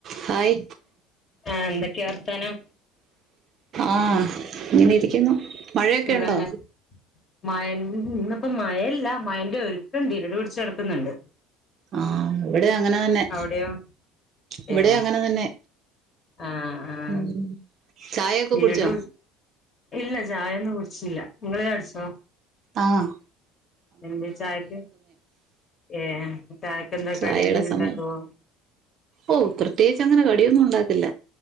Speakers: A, on the right (about 45°); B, on the left (about 35°).
A: Hi
B: ആഹ് എന്തൊക്കെയാ വർത്താനം
A: ആഹ് ഇങ്ങനെ ഇരിക്കുന്നു. മഴയൊക്കെ
B: സുഖന്നെ
A: ഉണ്ടോ
B: മയൻ ഇന്നിപ്പ മയല്ല മയന്റെ ഒരുക്കുണ്ട് ഇരുള് പിടിച്ചെടക്കുന്നുണ്ട്.
A: ആഹ് ഇവിടെ അങ്ങനെ തന്നെ
B: അവിടെയോ
A: ഇവിടെ
B: ഏഹ്
A: അങ്ങനെ തന്നെ
B: ആഹ് ആഹ്
A: ഉം ചായ ഒക്കെ
B: ഇരുട്
A: കുടിച്ചോ?
B: ഇല്ല ചായൊന്നും കുടിച്ചില്ല നിങ്ങൾ ചായ കുടിചോ?
A: ആഹ്
B: എന്താ ചായക്ക് ഏഹ് ചായക്ക് എന്താ
A: ചായയുടെ
B: കടി എന്തെങ്കിലും
A: സമയം
B: ഉണ്ടാക്കുവോ
A: ഓഹ് പ്രത്യേകിച്ച് അങ്ങനെ കടിയൊന്നും ഉണ്ടാക്കല്ല